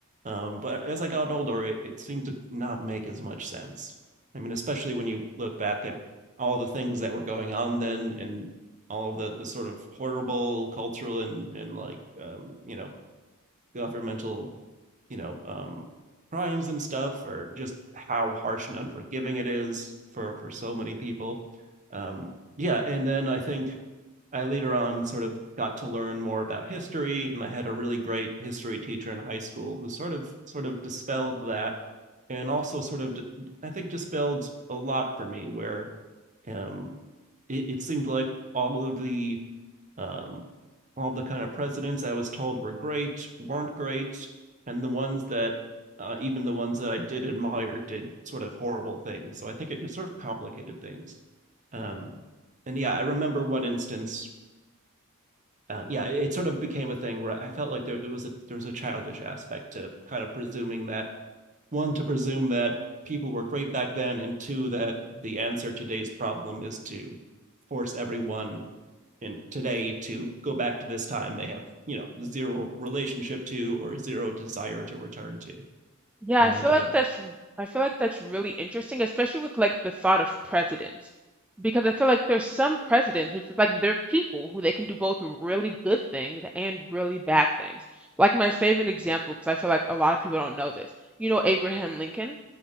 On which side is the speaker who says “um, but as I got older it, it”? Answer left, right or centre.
Right